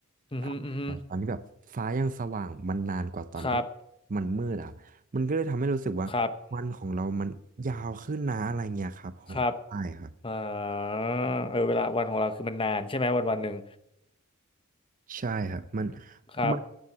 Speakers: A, on the left (about 25°); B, on the right (about 35°).
A: อืมอหืมออือหือ
B: อ่าตอนนี้แบบฟ้ายังสว่างมันนานกว่าตอนที่
A: ครับ
B: มันมืดอะครับมันก็เลยทำให้รู้สึกว่าวันของเรามันยาวขึ้นนะอะไรเงี้ยครับผมใช่ครับ
A: ครับครับอ่าเออเวลาวันของเราคือมันนานใช่ไหมวันวันหนึ่ง
B: ใช่ครับมัน
A: ครับ
B: มัน